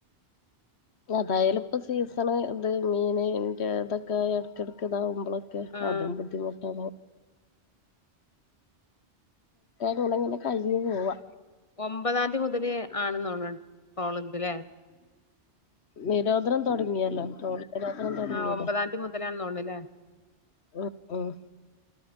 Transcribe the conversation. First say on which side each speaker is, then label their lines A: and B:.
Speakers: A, on the left; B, on the left.
A: അതായാലപ്പ സീസണ് ഇത് മീനിൻ്റെ തൊക്കെ എട്ക്കടക്ക് ഇതാവുമ്പോ ളൊക്കെ
B: ആഹ്
A: അതും ബുദ്ധിമുട്ടാണ് ണ്ടോണങ്ങനെ കഴിഞ്ഞ് പോവാ
B: ഒമ്പതാന്തി മുതല് ആണ്ന്നോണ് ട്രോള അല്ലെ <unintelligible>
A: നിരോധനം തുടങ്ങിയല്ലോ ട്രോൾ നിരോധനം തുടങ്ങിയല്ലേ
B: ആഹ് ഒമ്പതാംതി മുതലാന്ന് തോന്നണല്ലേ
A: ഉം ഉം